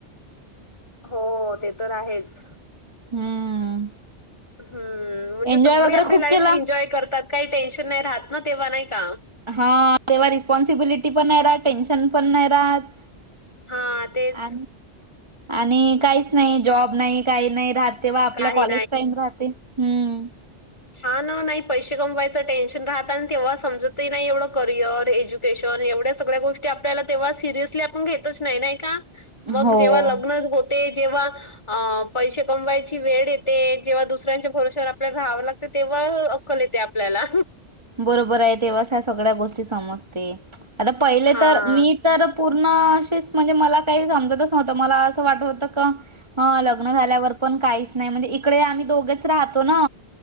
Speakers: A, on the right; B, on the left.
A: <inaudible>
B: हो ते तर आहेच.
A: हम्म.
B: हम्म... म्हणजे
A: एन्जॉय
B: सगळी
A: वगैरे
B: आपली
A: खूप
B: लाईफ
A: केला
B: एन्जॉय करतात... काही टेन्शन नाही राहत ना... तेव्हा नाय का?
A: हा... तेव्हा रिस्पॉन्सिबिलिटी पण नाही राहात... टेन्शन पण नाही राहत.
B: हां, तेच.
A: आ... आणि काहीच नाई, जॉब नाई, काइ नाइ राहत. तेव्हा आपलं
B: काही
A: कॉलेज टाइम राहते... हम्म.
B: हा ना... नाही पैसे कमवायचं टेन्शन राहत आणि तेव्हा समजतही नाही... एवढं करिअर एज्यु केशन... एवढ्या सगळ्या गोष्टी आपल्याला तेव्हा सिरियसली आपण घेतच नाइ... नाइ का? मग
A: हो
B: जेव्हा लग्नच हो ते... जेव्हा... अं... पैसे कमवायची वेळ येते... जेव्हा दुसऱ्यांच्या भरवश्यावर आपल्याला राहावे लागते तर तेव्हा अक्कल येते आपल्याला.
A: बरोबर आहे. तेव्हाच ह्या सगळ्या गोष्टी समजते. आता पहिले
B: हां.
A: तर... मी तर कुणाशीच... म्हणजे मला काही समजतच नव्हतं... मला असं वाटत होतं का हं... लग्न झाल्यावर पण काहीच नाही... म्हणजे इकडे आम्ही दोघेच राहतो ना.